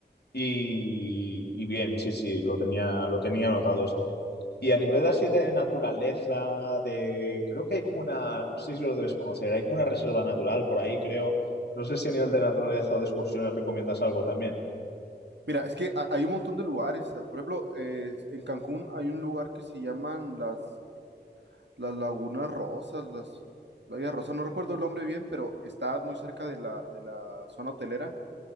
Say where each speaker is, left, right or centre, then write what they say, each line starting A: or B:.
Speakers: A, on the left; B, on the right.
A: Y, y bien, sí, sí, lo tenía, lo tenía anotado esto. Y a nivel así de naturaleza, de creo que hay como una, no sé si lo debes conocer, hay como una reserva natural por ahí, creo. No sé si a nivel de naturaleza o de excursiones recomiendas algo también.
B: Mira, es que ha- hay un montón de lugares. ah, Por ejemplo, eh, en Cancún hay un lugar que se llaman las, las Lagunas Rosas, las Lagunas Rosas, no recuerdo el nombre bien, pero está muy cerca de la, de la zona hotelera